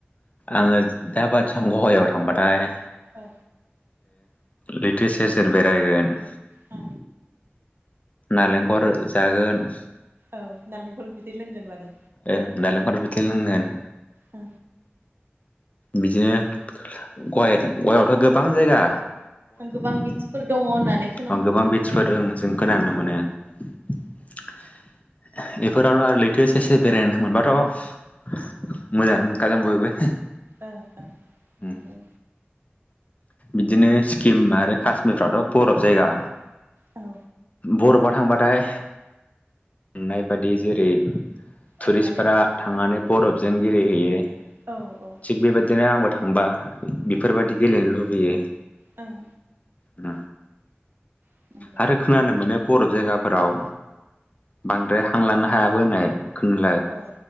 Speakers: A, on the left; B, on the right.
A: आङो दाबादि गवायाव थांबाथाय
B: औ
A: लैथो सेर सेर बेरायगोन
B: औ
A: नालेंखर जागोन
B: औ नालेंखल बिदिर लोंगोन माने
A: ओं नालेंखर बिदै लोंगोन
B: औ
A: बिदिनो गवा गवायावथ' गोबां जायगा
B: गोबां बिदिफोर दङ होननानै खोनानो
A: ओं गोबां
B: मोनदों
A: बिदसफोर
B: गवायाव
A: जों खोनानो मोनो
B: औ
A: बेफोरावल' आरो लैथो सेर सेर बेरायनो मोनबाथ' मोजांङानो मोनखागोन बयबो
B: ओ ओं
A: उम
B: नंगौ
A: बिदिनो सिक्किम आरो काश्मिरफ्रावथ' बरफ जायगा
B: औ
A: बर'फआव थांबाथाय मोननाय बादि जेरै टुरिस्टफोरा
B: औ माने
A: थांनानै बरफजों गेलेहैयो
B: औ औ
A: थिग बेबायदिनो आंबो थांबा बेफोरबायदि गेलेनो लुबैयो
B: उम
A: उम
B: <unintelligible>
A: आरो खोनानो मोनो बरफ जायगाफोराव बांद्राय हांलानो हायाबो होननाय खोनालाय
B: औ